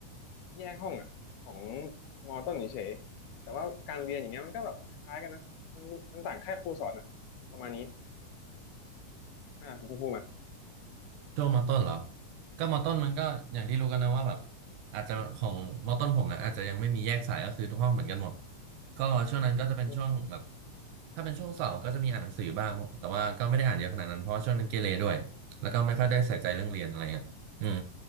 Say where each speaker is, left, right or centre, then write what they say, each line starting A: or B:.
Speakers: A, on the left; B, on the right.
A: แยกห้องอ่ะของมต้นเฉยๆแต่ว่าการเรียนอย่างเงี้ยมันก็แบบคล้ายๆกันนะมันมันต่างแค่ครูสอนอ่ะประมาณนี้อ่าของคุณภูมิอ่ะ
B: ช่วงมอต้นเหรอก็มอต้นมันก็อย่างที่รู้กันนะว่าแบบอาจจะของมต้นผมนะอาจจะยังไม่มีแยกสายก็คือทุกห้องเหมือนกันหมดก็ช่วงนั้นก็จะเป็นช่วงแบบ
A: อืม
B: ถ้าเป็นช่วงเสาร์ก็จะมีอ่านหนังสือบ้างแต่ว่าก็ไม่ได้อ่านเยอะขนาดนั้นเพราะว่าช่วงนั้นเกเรด้วยแล้วก็ไม่ค่อยได้ใส่ใจเรื่องเรียนอะไรเงี้ยอืม